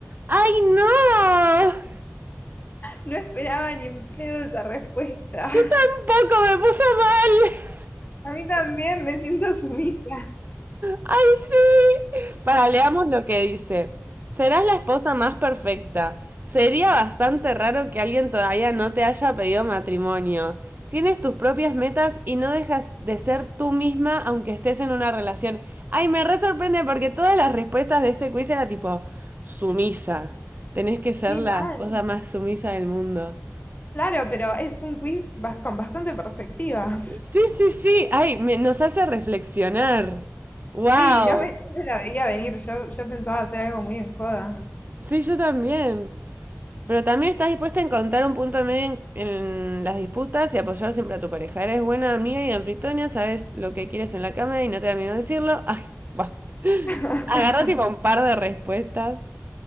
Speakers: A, on the right (about 40°); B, on the left (about 35°).
A: ¡Ay, no!
B: No esperaba ni en pedo esa respuesta. <laughs>
A: Yo tampoco me puso mal.
B: A mí también me siento sumisa.
A: ¡Ay, sí! Para, leamos lo que dice. Serás la esposa más perfecta. Sería bastante raro que alguien todavía no te haya pedido matrimonio. Tienes tus propias metas y no dejas de ser tú misma aunque estés en una relación. Ay, me re sorprende porque todas las respuestas de este quiz era tipo sumisa. Tenés que ser
B: Sí,
A: la
B: mal.
A: esposa más sumisa del mundo.
B: Claro, pero es un quiz ba- con bastante perspectiva.
A: Sí, sí, sí. Ay, me- nos hace reflexionar. Wow.
B: Sí, no me, no me la veía venir. Yo, yo pensaba hacer algo muy en joda.
A: Sí, yo también. Pero también estás dispuesta a encontrar un punto medio en, en las disputas y apoyar siempre a tu pareja. Eres buena amiga y anfitriona, sabes lo que quieres en la cama y no te da miedo decirlo. Ay, va. <laughs>
B: <laughs>
A: Agarra tipo un par de respuestas.